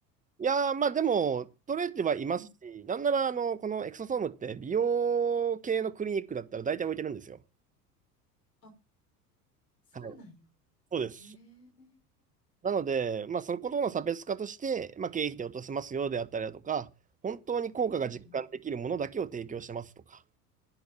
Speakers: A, on the right (about 15°); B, on the left (about 85°).
A: いやー、まあでも、取れてはいますし、
B: うん。
A: なんなら、あの、このエクソソームって美容系のクリニックだったら大体置いてるんですよ。
B: あ、そうなんや。
A: はい、そうです。
B: ええ。
A: なので、まあ、そことの差別化として、まあ、経費で落とせますよであったりだとか、本当に効果が実感できるものだけを提供してますとか、
B: うんうん。